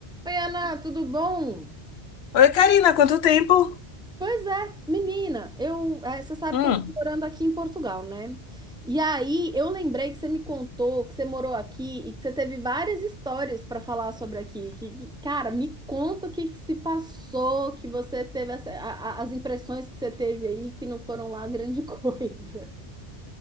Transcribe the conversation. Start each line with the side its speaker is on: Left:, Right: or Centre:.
Centre: Oi, Ana, tudo bom?
Left: Oi, Karina, quanto tempo?
Centre: Pois é, menina, eu, é, você sabe
Left: Hum.
Centre: que eu tô morando aqui em Portugal, né? E aí eu lembrei que você me contou que você morou aqui e que você teve várias histórias para falar sobre aqui. Que- que- cara, me conta o que que se passou, que você teve essa- a- a- as impressões que você teve aí que não foram lá grande <laughs> coisa.